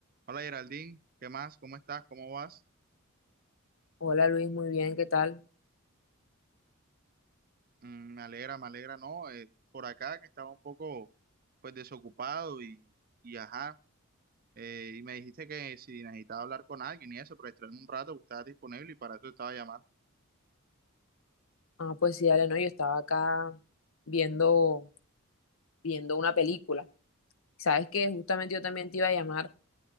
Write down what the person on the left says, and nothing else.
Hola Luis, muy bien, ¿qué tal?
Ah, pues sí, dale, no, yo estaba acá viendo, viendo una película. Sabes que justamente yo también te iba a llamar